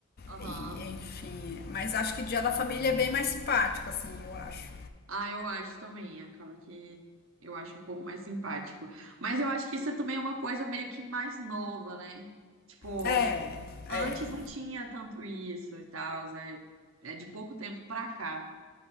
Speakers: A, on the right; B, on the left.
A: Aham.
B: e enfim, mas acho que dia da família é bem mais simpático, assim, eu acho.
A: Ah, eu acho também. Acaba que eu acho um pouco mais simpático. Mas eu acho que isso também é uma coisa meio que mais nova, né? Tipo,
B: É,
A: antes
B: é,
A: não tinha tanto isso e tal. É, é de pouco tempo pra cá.